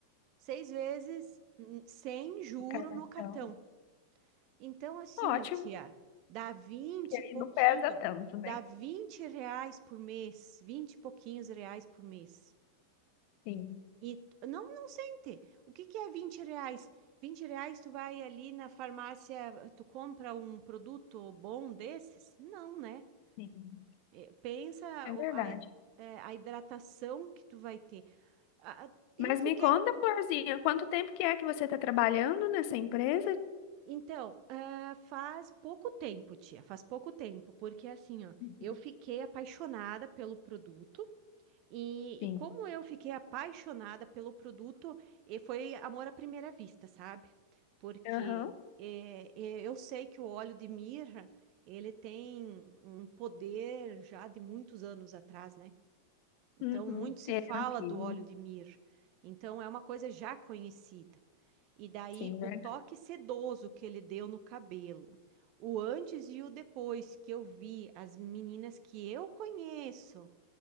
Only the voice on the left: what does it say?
no cartão.
Ótimo,
que aí
não pesa tanto, né?
Sim,
sim,
é
verdade.
Mas
me conta, Florzinha, quanto tempo que é que você está trabalhando nessa empresa?
Uhum,
Sim.
Aham.
Uhum.
É
antigo.
Sim,
verdade.